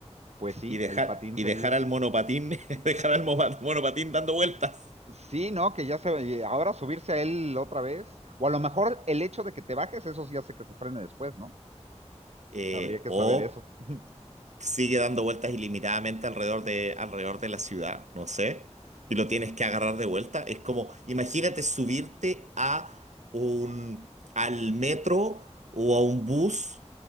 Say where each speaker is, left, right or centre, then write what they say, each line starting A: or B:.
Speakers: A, on the right; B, on the right.
A: pues sí,
B: Y dejar,
A: el patín
B: y
A: sería.
B: dejar al monopatín, <laughs> dejar al mo- monopatín dando vueltas.
A: Sí, ¿no? Que ya se, y ahora subirse a él otra vez, o a lo mejor el hecho de que te bajes, eso sí hace que se frene después, ¿no?
B: Eh,
A: Habría que
B: o
A: saber eso, <laughs>
B: sigue dando vueltas ilimitadamente alrededor de, alrededor de la ciudad, no sé, y lo tienes que agarrar de vuelta. Es como, imagínate subirte a un, al metro o a un bus